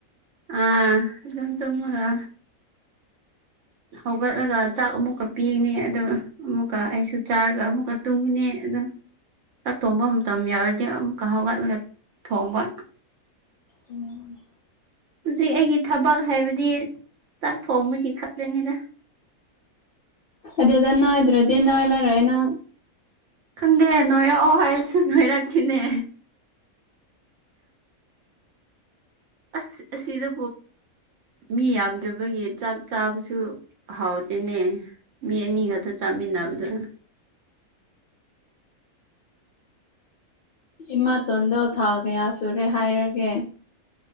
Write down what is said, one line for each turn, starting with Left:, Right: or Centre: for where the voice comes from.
Right: ꯑꯥ ꯑꯗꯨꯝ ꯆꯃꯒ ꯍꯧꯒꯠꯂꯒ ꯆꯥꯛ ꯑꯃꯨꯛꯀ ꯄꯤꯅꯦ ꯑ ꯑꯃꯨꯛꯀ ꯑꯩꯁꯨ ꯆꯥꯔꯒ ꯑꯃꯨꯛꯀ ꯇꯨꯡꯉꯤꯅꯦ ꯑ ꯆꯛ ꯊꯣꯡꯕ ꯃꯇꯝ ꯌꯥꯎꯔꯗꯤ ꯑꯃꯨꯛꯀ ꯍꯧꯒꯠꯂꯒ ꯊꯣꯡꯕ
Left: ꯎꯝ
Right: ꯍꯧꯖꯤꯛ ꯑꯩꯒꯤ ꯊꯕꯛ ꯍꯥꯏꯕꯗꯤ ꯆꯥꯛ ꯊꯣꯡꯕꯒꯤ ꯈꯛꯇꯅꯤꯅ
Left: ꯑꯗꯨꯗꯗ ꯅꯅꯥꯣꯏꯗ꯭ꯔꯣꯗꯤ ꯅꯣꯏꯂꯔꯣꯣꯏꯅ
Right: ꯈꯪꯗꯦ ꯅꯣꯏꯔꯛꯑꯣ ꯍꯥꯏꯔꯁꯨ ꯅꯣꯏꯔꯛꯈꯤꯅꯦ ꯑꯁ ꯑꯁꯤ ꯑꯁꯤꯗꯣ ꯃꯤ ꯌꯥꯝꯗ꯭ꯔꯕꯒꯤ ꯆꯥꯛ ꯆꯥꯕꯁꯨ ꯍꯥꯎꯇꯦꯅꯦ ꯃꯤ ꯑꯅꯤ ꯈꯛꯇ ꯆꯥꯃꯤꯟꯅꯕꯗꯨꯅ
Left: ꯏꯃꯥꯇꯣꯟꯗꯣ ꯊꯥ ꯀꯌꯥ ꯁꯨꯔꯦ ꯍꯥꯏꯔꯒꯦ